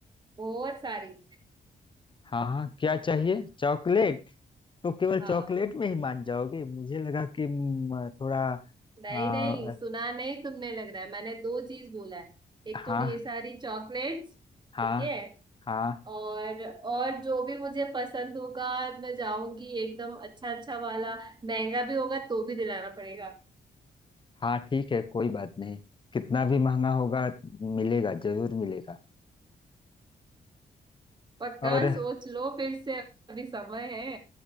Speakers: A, on the right; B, on the left.
A: और सारी
B: हाँ हाँ क्या चाहिए चॉकलेट तो केवल
A: हाँ
B: चॉकलेट में ही मान जाओगी मुझे लगा कि म, थोड़ा
A: नहीं
B: आ,
A: नहीं सुना नहीं तुमने लग रहा है मैंने दो चीज बोला है एक
B: हाँ
A: तो ढेर सारी चॉकलेट्स
B: हाँ
A: ठीक है
B: हाँ
A: और और जो भी मुझे पसंद होगा मैं जाऊंगी एकदम अच्छा अच्छा वाला महंगा भी होगा तो भी दिलाना पड़ेगा
B: हाँ ठीक है कोई बात नहीं कितना भी महंगा होगा मिलेगा जरूर मिलेगा
A: पक्का
B: और
A: सोच लो फिर से अभी समय है